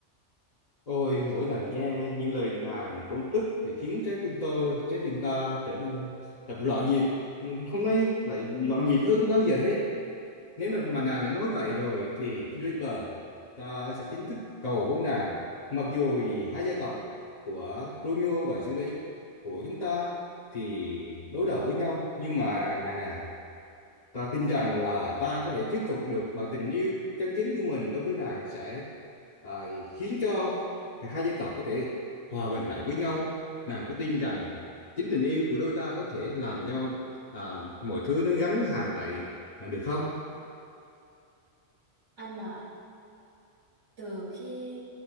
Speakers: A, on the left (about 35°); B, on the right (about 70°).
A: Ôi mỗi lần nghe những lời nàng công tức thì khiến trái tim tôi trái tim ta trở nên đập loạn nhịp hôm nay lại loạn nhịp hơn bao giờ hết nếu mà mà nàng đã nói vậy rồi thì khi lên bờ ta sẽ chính thức cầu hôn nàng mặc dù thì hai gia tộc của Romeo và Juliet của chúng ta thì đối đầu với nhau nhưng mà nàng à ta tin rằng là ta có thể thuyết phục được bằng tình yêu chân chính của mình đối với nàng sẽ à, khiến cho hai gia tộc có thể hòa bình lại với nhau nàng có tin rằng chính tình yêu của đôi ta có thể làm cho à, mọi thứ nó gắn hàng lại à, được không
B: anh à từ khi